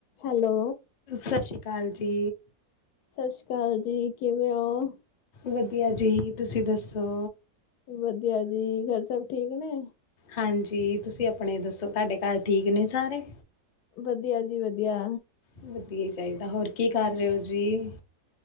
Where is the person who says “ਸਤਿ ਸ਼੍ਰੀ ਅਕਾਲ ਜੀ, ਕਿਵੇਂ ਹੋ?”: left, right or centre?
Left